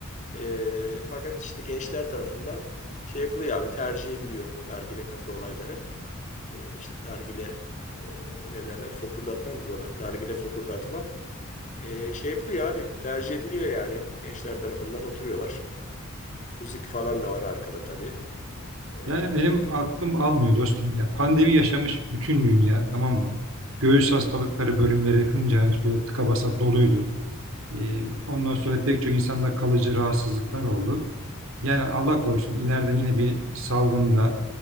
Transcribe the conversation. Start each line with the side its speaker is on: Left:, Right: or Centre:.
Left: E, fakat işte gençler tarafından şey yapılıyor abi tercih ediliyor nargile kafe olayları. E, işte nargile e, ne derler fokurdatma mı diyorlar? Nargile fokurdatma. E, şey yapılıyor abi tercih ediliyor yani. Gençler tarafından oturuyorlar. Müzik falan da var arkada tabii. E,
Right: Yani benim aklım almıyor dostum ya. Pandemi yaşamış bütün dünya tamam mı? Göğüs hastalıkları bölümleri hınca hınç böyle tıka basa doluydu. E, ondan sonra pek çok insanda kalıcı rahatsızlıklar oldu. Yani Allah korusun ileride yine bir salgında